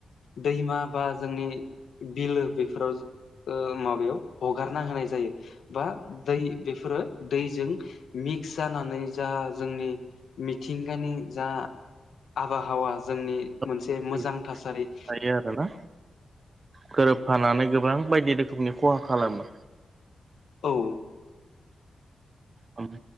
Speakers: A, on the left; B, on the right.
A: दैमा बा जोंनि बिलो बेफोराव ओ माबायाव हगारना होनाय जायो बा दै बेफोरो दैजों मिक्स जानानै जा जोंनि मिथिंगानि जा आबाहावा जोंनि मोनसे
B: उम
A: मोजां थासारि
B: जायो आरो ना गोरोबफानानै गोबां बायदि रोखोमनि खहा खालामो।
A: औ
B: उम